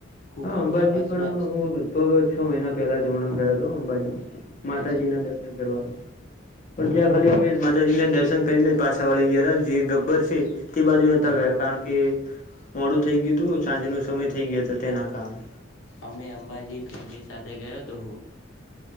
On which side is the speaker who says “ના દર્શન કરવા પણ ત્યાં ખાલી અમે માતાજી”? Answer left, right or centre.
Left